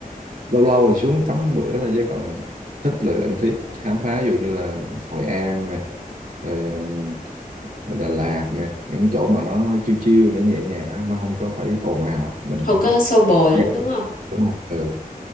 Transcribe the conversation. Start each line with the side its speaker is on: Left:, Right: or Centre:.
Right: lâu lâu thì xuống tắm bữa thôi chứ còn thích là anh thích khám phá ví dụ như là Hội An nè rồi, um, rồi Đà Lạt nè những cái chỗ mà nó chill chill nó nhẹ nhàng á nó không có phải ồn ào á. mình
Left: không có
Right: thích
Left: xô bồ
Right: Dạ,
Left: lắm đúng không?
Right: đúng không? ừ